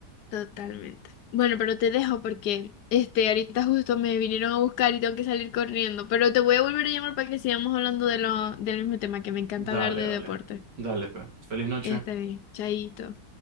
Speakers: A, on the left; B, on the right.
A: Totalmente. Bueno, pero te dejo porque este ahorita justo me vinieron a buscar y tengo que salir corriendo. Pero te voy a volver a llamar para que sigamos hablando de lo, del mismo tema, que me encanta
B: Dale,
A: hablar de
B: dale.
A: deporte.
B: Dale, pues. Feliz noche.
A: Está bien, chaito.